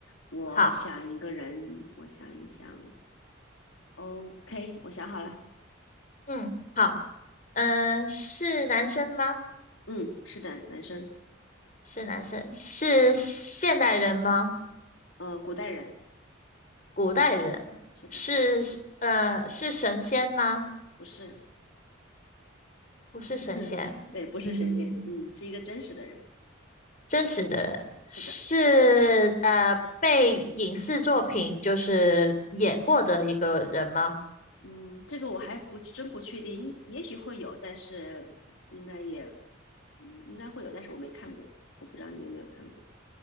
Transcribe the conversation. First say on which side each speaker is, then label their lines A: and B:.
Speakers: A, on the left (about 75°); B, on the left (about 40°).
A: 我想一个人，
B: 好，
A: 我想一想，OK，我想好了。
B: 嗯，好，嗯、是男生吗？
A: 嗯，是的，男生，
B: 是男生，是现代人吗？
A: 呃，古代人，
B: 古代人，
A: 是的，
B: 是呃是神仙吗？
A: 不是，
B: 不是神仙，
A: <laughs> 对，不是神仙，
B: 嗯，
A: 嗯，是一个真实的人，
B: 真实的人是呃被影视作品就是演过的一个人吗？
A: 是的。嗯，这个我还不真不确定，也许会有，但是应该也，嗯，应该会有，但是我没看过，我不知道你有没有看过。